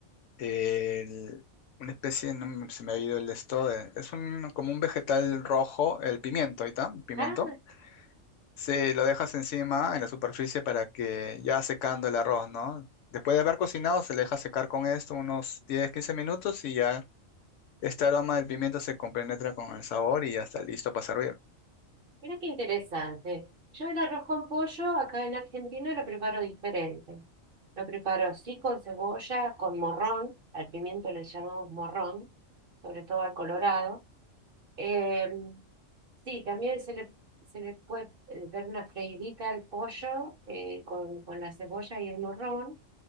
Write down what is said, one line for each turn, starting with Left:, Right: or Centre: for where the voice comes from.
Left: el- una especie, no me- se me ha ido el esto, eh, es un, como un vegetal rojo, el pimiento, ahí está, pimiento.
Right: Ah,
Left: Se lo dejas encima en la superficie para que ya secando el arroz, ¿no? Después de haber cocinado se le deja secar con esto unos 10 15 minutos y ya este aroma del pimiento se compenetra con el sabor y ya está listo para servir.
Right: Mira qué interesante. Yo el arroz con pollo acá en Argentina lo preparo diferente. Lo preparo sí con cebolla, con morrón, al pimiento le llamamos morrón, sobre todo al colorado. Em, sí, también se le, se le puede eh, dar una freidita al pollo eh, con, con la cebolla y el morrón.